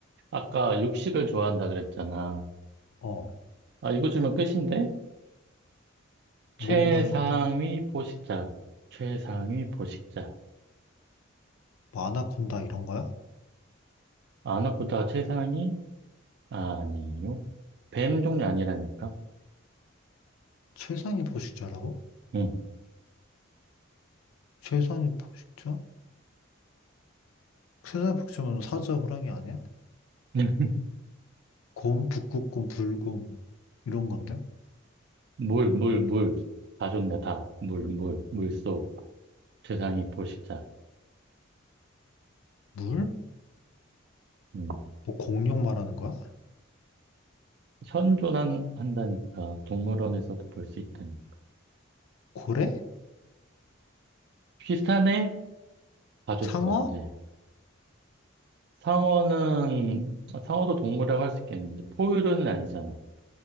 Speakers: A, on the right (about 55°); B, on the left (about 80°).
A: 아까 육식을 좋아한다 그랬잖아.
B: 어.
A: 아, 이거 주면 끝인데?
B: 뭔,
A: 최상위
B: 아니, 그
A: 포식자. 최상위 포식자.
B: 아나콘다 이런 거야?
A: 아나코다 최상위? 아니요. 뱀 종류 아니라니까?
B: 최상위 포식자라고?
A: 응.
B: 최상위 포식자? 최상위 포식자면 사자, 호랑이 아니야?
A: <laughs>
B: 곰, 북극곰, 불곰 이런 건데?
A: 물, 물, 물. 다 좋네, 다. 물, 물, 물속. 최상위 포식자.
B: 물?
A: 음.
B: 뭐 공룡 말하는 거야?
A: 현존한, 한다니까. 동물원에서도 볼 수 있다니.
B: 고래?
A: 비슷하네? 다 줬어,
B: 상어?
A: 이제. 상어는, 아, 상어도 동물이라고 할 수 있겠는데, 포유류는 아니잖아.